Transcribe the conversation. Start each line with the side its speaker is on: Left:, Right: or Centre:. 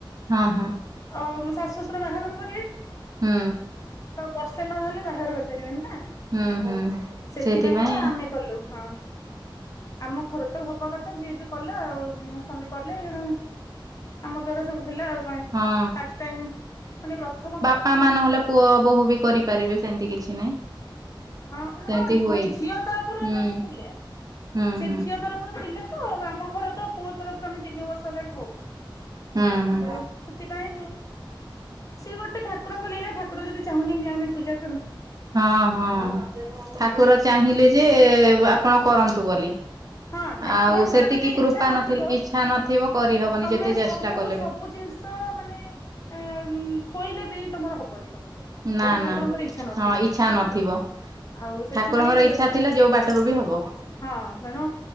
Right: ହଁ ହଁ।
Left: ଅ ମୋ ଶାଶୁ ଶ୍ୱଶୁର ବାହାଘର କରିବେ।
Right: ହୁଁ।
Left: ତ ଆଉ ବର୍ଷେ ନହେଲେ ବାହାର କରିପାରିବେନି ନା।
Right: ହୁଁ ହୁଁ।
Left: ସେଥିପାଇଁକା
Right: ସେଇଥିପାଇଁ
Left: ଆମେ କଲୁ ହଁ। ଆମ ଘରେ ତ ହବା କଥା ଯିଏ ବି କଲା ଆଉ ମୋ ସ୍ୱାମୀ କଲେ ଏଣୁ ଆମ ଦ୍ଵାରା ସବୁ ହେଲା ଆଉ ପାଇଁ
Right: ହଁ
Left: ଫାଷ୍ଟ ଟାଇମ୍ ମାନେ ପ୍ରଥମ ଥ
Right: ମାମା ନହେଲେ ପୁଅ ବୋହୁ ବି କରିପାରିବେ ସେମ୍ତି କିଛି ନାଇଁ।
Left: ହଁ ମାନେ
Right: ସେମିତି
Left: ହବନି
Right: ହୁଏ
Left: ମାନେ ଝିଅ ତରଫରୁ
Right: ହୁଁ
Left: ଜଣେ ଥିଲେ
Right: ହୁଁ
Left: ସେ
Right: ହୁଁ
Left: ଝିଅ ତରଫରୁ ଥିଲେ ତ ଆମ ଘର ତ ପୁଅ ତରଫରୁ ଆମେ ତିନି ବର୍ଷ ହେଲାଣି ହୋଉଛୁ।
Right: ହୁଁ ହୁଁ।
Left: ଆଉ ସେଥିପାଇଁ ସିଏ ଗୋଟେ ଠାକୁରଙ୍କ ଲୀଳା ଠାକୁର ଯଦି ଚାହୁଁଚନ୍ତି ଆମେ ପୂଜା କରୁ।
Right: ହଁ ହଁ ଠାକୁର ଚାହିଁଲେ ଯେ ଆପଣ କରନ୍ତୁ ବୋଲି।
Left: ହଁ ଠାକୁରଙ୍କର
Right: ଆଉ ସେତିକି
Left: ଯଦି ଇଚ୍ଛା
Right: କୃପା
Left: ନଥିବ
Right: ନଥି ଇଛା ନଥିବ କରିହବନି
Left: ତମେ
Right: ଯେତେ ଚେଷ୍ଟା
Left: ମୁଁ
Right: କଲେ ବି।
Left: ସବୁ ଜିନିଷ ମାନେ ଏଁ ଥୋଇଲେ ବି ତମର ହବନି ତମ ଦ୍ଵାରା।
Right: ନା
Left: ଯଦି
Right: ନା
Left: ଠାକୁରଙ୍କର ଇଚ୍ଛା ନଥିବ
Right: ହଁ ଇଚ୍ଛା ନଥିବ।
Left: ଆଉ ସେଥିପାଇଁ
Right: ଠାକୁରଙ୍କର ଇଚ୍ଛା
Left: ଯଦି
Right: ଥିଲା ଯୋଉ ବାଟରୁ ବି ହବ।
Left: ହଁ ତେଣୁ